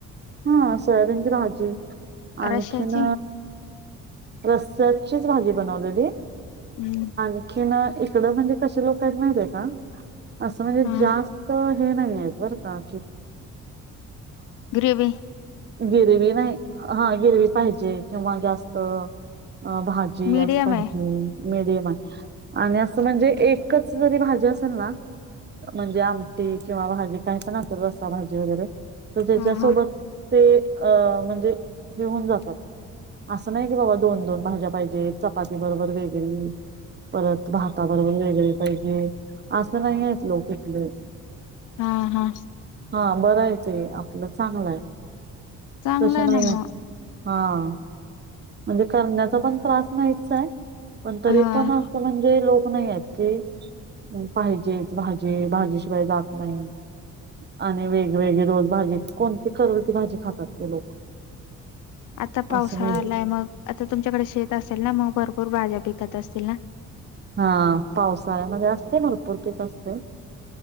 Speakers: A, on the right; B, on the left.
A: हा सोयाबीनची भाजी आणखीन...
B: रश्याची
A: रसचीच भाजी बनवलेली आणि...
B: हम्म
A: आणखी इकड म्हणजे कशी लोक माहित आहे का अस म्हणजे
B: हा
A: जास्त.... हे नाही आहे बर का...
B: ग्रेवी
A: गिरवी नाही हा गिरवी पाहिजे किंवा जास्त भात...
B: मीडियम
A: पाहिजे
B: आहे
A: मडीयम आहे आणि असं म्हणजे एकच जरी भाजी असेल ना.. म्हणजे आमटी किंवा भाजी काही पण अस कर रसाभजी वगैरे.... तर त्याच्यासोबत
B: हा हा
A: ते अ म्हणजे घेऊन जातात... असं नाही की बाबा दोन दोन भाज्या पाहिजेत चपाती बरोबर वेगळी... परत भाताबरोबर वेगळी पाहिजे असं नाही आहेत लोक इथले....
B: हा हा.
A: हा बर आहेेतो, आपलं चांगला आहे
B: चांगलं
A: तस नाही
B: ना
A: आहे.
B: मग
A: हा. म्हणजे करण्याचा पण त्रास नाहीच आहे. पण तरी
B: हा
A: पण असं म्हणजे लोक नाही आहेत की पाहिजेच भाजी भाजीशिवाय जात नाही. आणि वेगवेगळी रोज भाजी कोणती करेल त भाजी खातात ते लोक.
B: आता पावसाळालाय
A: असं नाही
B: मग आता तुमच्याकडे शेत असेल ना मग भरपूर भाज्या पिकत असतील ना.
A: हा पावसाळ्यामध्ये असते भरपूर पीक असते.